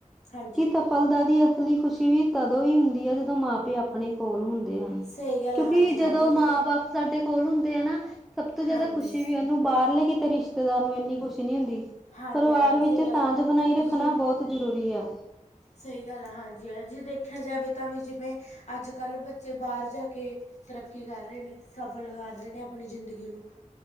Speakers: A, on the left; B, in the centre.
A: ਹਾਂਜੀ
B: ਕਿ ਸਫਲਤਾ ਦੀ ਅਸਲੀ ਖੁਸ਼ੀ ਵੀ ਤਦੋਂ ਹੀ ਹੁੰਦੀ ਹੈ। ਜਦੋਂ ਮਾਂਪੇ ਆਪ, ਆਪਣੇ ਕੋਲ ਹੁੰਦੇ ਹੈ। ਠੀਕ ਹੈ,
A: ਸਹੀ ਗੱਲ
B: ਕਿਉਂਕਿ
A: ਹੈ, ਹਾਂਜੀ ਹਾਂ
B: ਜਦੋਂ
A: ਵੀਰ ਜੀ
B: ਮਾਂ- ਬਾਪ ਸਾਡੇ ਕੋਲ ਹੁੰਦੇ ਆ ਨਾ, ਸਭ ਤੋਂ ਜ਼ਿਆਦਾ
A: ਹਾਂਜੀ
B: ਖੁਸ਼ੀ ਵੀ ਉਹਨੂੰ, ਬਾਹਰਲੇ ਕਿਤੇ ਰਿਸ਼ਤੇਦਾਰ ਨੂੰ ਇੰਨੀ ਖੁਸ਼ੀ ਨਹੀਂ ਹੁੰਦੀ।
A: ਹਾਂਜੀ
B: ਪਰਿਵਾਰ
A: ਹਾਂ
B: ਵਿੱਚ,
A: ਸਹੀ ਗੱਲ
B: ਸਾਂਝ
A: ਹੈ
B: ਬਣਾਈ ਰੱਖਣਾ
A: ਵੀ ਜਿੰਨੀ
B: ਬਹੁਤ ਜ਼ਰੂਰੀ ਆ।
A: ਸਹੀ ਗੱਲ ਆ, ਹਾਂਜੀ। ਆ ਜੇ' ਦੇਖਿਆ ਜਾਵੇ ਤਾਂ ਵੀ ਜਿਵੇਂ ਅੱਜ ਕੱਲ੍ਹ ਬੱਚੇ ਬਾਹਰ ਜਾ ਕੇ ਤਰੱਕੀ ਕਰ ਰਹੇ ਨੇ' ਸਫਲ ਕਰ ਰਹੇ ਨੇ ਆਪਣੀ ਜ਼ਿੰਦਗੀ ਨੂੰ,